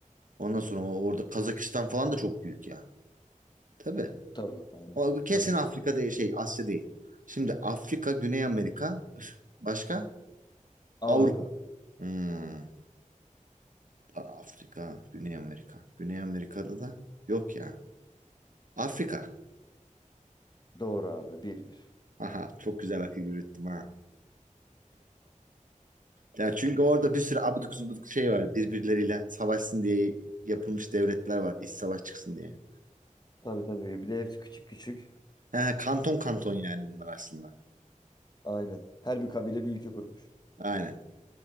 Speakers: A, on the right; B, on the left.
A: Ondan sonra o- orada Kazakistan falan da çok büyük ya. Tabii.
B: Tabii aynen.
A: O kesin
B: Kazakistan.
A: Afrika değil şey Asya değil. Şimdi Afrika, Güney Amerika, başka
B: Avrupa.
A: Avrupa. Hmm. Afrika, Güney Amerika. Güney Amerika'da da yok ya. Afrika.
B: Doğru abi. Bir bir.
A: Aha çok güzel akıl yürüttüm ha. Ya çünkü orada bir sürü abidik gubidik şey var. Birbirleriyle savaşsın diye yapılmış devletler var. İç savaş çıksın diye.
B: Tabii tabii. Bir de hepsi küçük küçük.
A: Ha, kanton kanton yani bunlar aslında.
B: Aynen. Her bir kabile bir ülke kurmuş.
A: Aynen.